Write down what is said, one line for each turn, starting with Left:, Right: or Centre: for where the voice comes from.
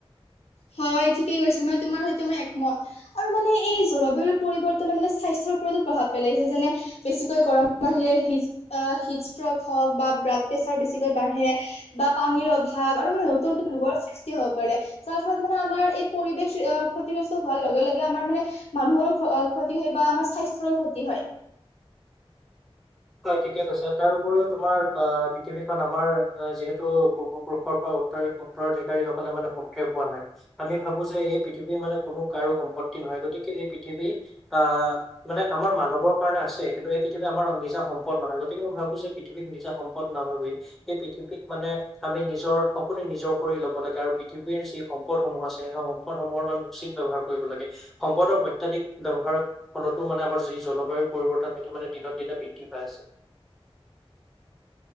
Left: হয় ঠিকে কৈছা মানে তোমাৰ সৈতে মই একমত আৰু মানে এই জলবায়ুৰ পৰিৱৰ্তনে মানে স্বাস্থ্য। ওপৰত প্ৰভাৱ পেলাইছে, যেনে বেছিকৈ গৰম আ হ-হি ষ্ট্ৰক হওক বা ব্ৰাক প্ৰেচাৰ বেছিকৈ বাঢ়ে বা পানীৰ অভাৱ আৰু মানে নতুন নতুন ৰোগৰ সৃষ্টি হ'ব পাৰে। তাৰ ফলত মানে আমাৰ এই পৰিবেশ ক্ষতিগ্ৰস্ত হোৱাৰ লগে লগে আমাৰ মানে মানুহৰো ক্ষ ক্ষতি হয় বা। আমাৰ স্বাস্থ্যৰ ক্ষতি হয়।
Centre: <inaudible> হয় ঠিকে কৈছে তাৰ উপৰিও তোমাৰ অ' পৃথিৱীখন আমাৰ যিহেতু পূৰ্বপুৰুষৰ পৰাও। ত উত্তৰাধিকাৰীসকলে মানে সূত্ৰে পোৱা নাই আমি ভাবো যে এই পৃথিৱীৰ মানে কোনো কাৰো সম্পত্তি। নহয় গতিকে এই পৃথিৱী আহ মানে আমাৰ মানৱৰ কাৰণে আছে কিন্তু এই পৃথিৱী আমাৰ নিজা। সম্পদ নহয় গতিকে মই ভাবো যে পৃথিৱীক নিজা সম্পদ নাভাবি সেই পৃথিৱীক মানে। আমি নিজৰ সকলোৱে নিজৰ কৰি ল'ব লাগে আৰু পৃথিৱীৰ যি সম্পদ সমূহ আছে সেই সম্পদসমূহৰ মানে উচিত। ব্যৱহাৰ কৰিব লাগে, সম্পদৰ অত্যাধিক ব্যৱহাৰৰ ফলতো মানে আমাৰ যি জলবায়ু পৰিৱৰ্তন সেইটো মানে। দিনক দিনে বৃদ্ধি পাই আছে।